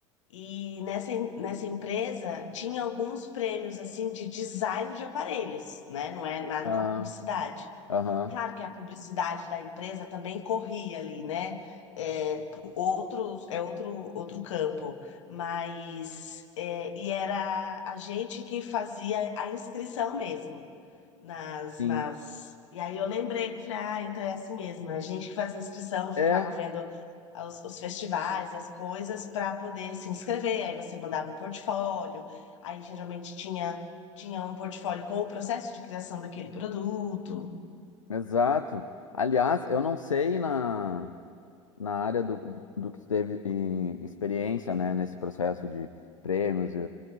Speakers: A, on the left; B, on the left.
A: e nessa, em- nessa empresa tinha alguns prêmios assim de design de aparelhos, né? Não é nada
B: Ah,
A: com a publicidade.
B: aham,
A: Claro que a publicidade da empresa também corria ali, né? É, pro- outros, é outro, outro campo, mas é, e era a gente que fazia a inscrição mesmo nas,
B: sim.
A: nas... E aí eu lembrei, eu falei, ah, então é assim mesmo, é a gente que fazia inscrição, ficava
B: É,
A: vendo os, os festivais, as coisas para poder se inscrever, aí você mandava o portfólio, aí geralmente tinha, tinha um portfólio com o processo de criação daquele produto.
B: exato. Aliás, eu não sei na. na área do, do que tu teve e, experiência, né, nesse processo de prêmios e,